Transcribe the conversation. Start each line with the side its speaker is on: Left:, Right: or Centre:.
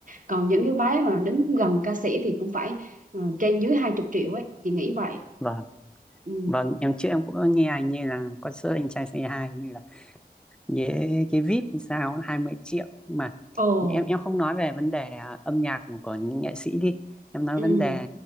Right: còn những cái vé mà đứng gần ca sĩ thì cũng phải ờ, trên dưới hai chục triệu ấy chị nghĩ vậy
Centre: vâng
Right: ừ.
Centre: Vâng, em trước em cũng có nghe anh như là concert anh trai Say Hi như là với cái VIP hay sao hai mươi triệu nhưng mà
Right: Ồ.
Centre: em em không nói về vấn đề à, âm nhạc của, của những nghệ sĩ đi em nói
Right: ừ
Centre: vấn đề